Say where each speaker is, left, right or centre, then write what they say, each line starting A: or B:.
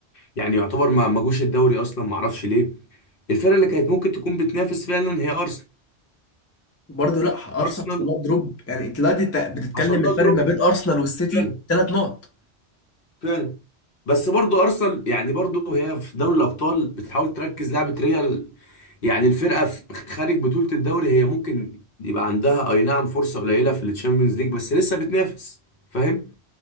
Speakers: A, on the left (about 55°); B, on the left (about 20°).
A: يعني يعتبر ما ما جوش الدوري اصلا ما اعرفش ليه الفرقه اللي كانت ممكن تكون بتنافس فعلا هي ارسنال
B: برضه لا أرسنال
A: ارسنال
B: حصل لها دروب يعني دلوقتي أنت بتتكلم
A: حصل لها
B: الفرق
A: دروب
B: ما بين أرسنال والسيتي
A: فعلا
B: ثلاث نقط
A: فعلا بس برضو ارسنال يعني برضو هي في دوري الابطال بتحاول تركز لعبه ريال يعني الفرقه في خارج بطوله الدوري هي ممكن يبقى عندها اي نعم فرصه قليله في الشامبيونز ليج بس لسه بتنافس فاهم